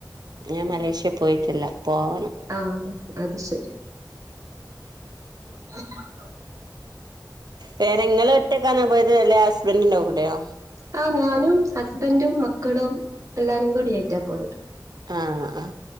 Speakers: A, on the right; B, on the right.
A: ഞാൻ മലേഷ്യ പോയിട്ടില്ല പോവണം
B: ആഹ് അത് ശരി. <inaudible>
A: വേറെ ങ്ങള് ഒറ്റക്കാനോ പോയത് അല്ലേ ഹസ്ബന്റീന്റെ കൂടെയോ
B: ആഹ് ഞാനും ഹസ്ബൻറും മക്കളും എല്ലാരും കൂടി ആയിറ്റാ പോയത്
A: ആഹ് ആഹ്